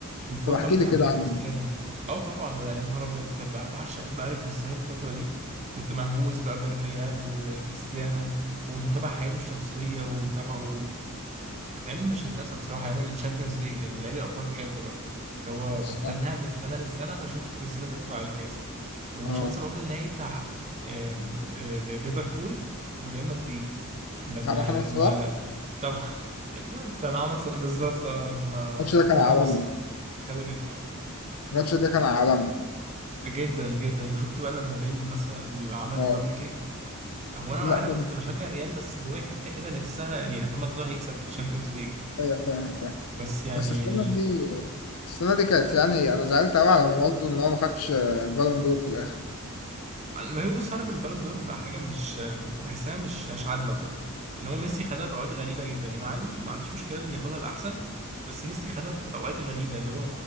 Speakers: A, on the right; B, on the left.
A: الفورمه
B: طب احكي
A: اللي
B: لي
A: كان
B: كده
A: عاملها
B: عن
A: كريستيانو اه طبعا ده أنا يا نهار ابيض طب بعشق بقى كريستيانو في الفتره دي كنت مهووس بقى بالريال وكريستيانو وكنت متابع حياته الشخصيه ومتابعه الأيام مش هتنسى بصراحة أيام الشامبيونز ليج اللي هي الأبطال بجد بقى اللي هو
B: الصراحه
A: بستناها من السنة للسنة عشان أشوف كريستيانو بيرفع الكاس ومش
B: اه
A: هنسى برضو النهائي بتاع آم، ر- ر- ليفربول وريال مدريد لما
B: بتاع محمد
A: لما
B: صلاح
A: طبعا <laughs> طبعا عمل صلاح- بالظبط اه لما
B: الماتش ده كان
A: راموس
B: عالمي
A: خدوا كتفه
B: الماتش ده كان عالمي
A: جدا جدا وشفت بقى لما بيل مثلا اللي عمل
B: اه
A: الدبل كيك هو انا
B: لا
A: عارف
B: ده
A: كنت
B: من-
A: بشجع الريال بس جوايا حته كده نفسها يعني محمد صلاح يكسب الشامبيونز ليج
B: ايوه فاهم فاهم
A: بس يعني
B: بس السنه دي السنه دي كانت يعني انا زعلت قوي على رونالدو ان هو ما خدش بالون دور في الاخر
A: لا بص عارف البالون دور بقى حاجه مش بحسها مش مش عادله بصراحه ان هو ميسي خدها في اوقات غريبه جدا انا عادي ما عنديش مشكله اللي ياخدها الاحسن بس ميسي خدها في اوقات غريبه اللي هو